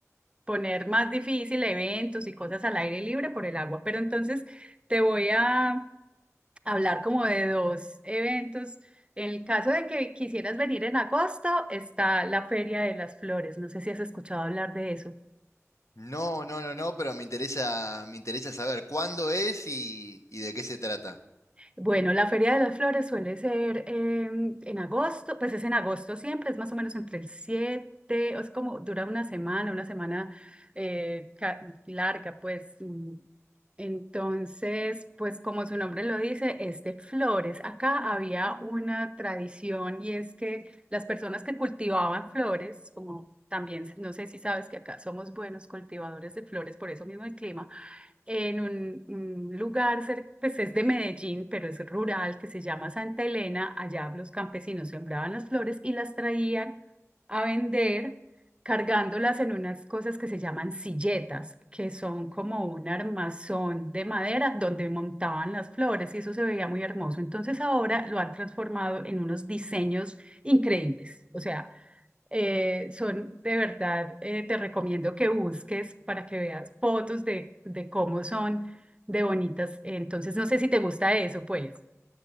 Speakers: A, on the right; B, on the left.
A: poner más difícil eventos y cosas al aire libre por el agua. Pero entonces te voy a hablar como de dos eventos. En el caso de que quisieras venir en agosto, está la Feria de las Flores. No sé si has escuchado hablar de eso.
B: No, no, no, no, pero me interesa, me interesa saber cuándo es y, y de qué se trata.
A: Bueno, la Feria de las Flores suele ser em, en agosto, pues es en agosto siempre, es más o menos entre el 7, o es como dura una semana, una semana eh, ca- larga, pues. mm. Entonces, pues como su nombre lo dice, es de flores. Acá había una tradición y es que las personas que cultivaban flores, como también, no sé si sabes que acá somos buenos cultivadores de flores, por eso mismo el clima en un, un lugar, cer- pues es de Medellín, pero es rural, que se llama Santa Elena. Allá los campesinos sembraban las flores y las traían a vender, cargándolas en unas cosas que se llaman silletas, que son como un armazón de madera donde montaban las flores y eso se veía muy hermoso. Entonces ahora lo han transformado en unos diseños increíbles. O sea, eh, son de verdad, eh, te recomiendo que busques para que veas fotos de, de cómo son de bonitas. Entonces, no sé si te gusta eso, pues.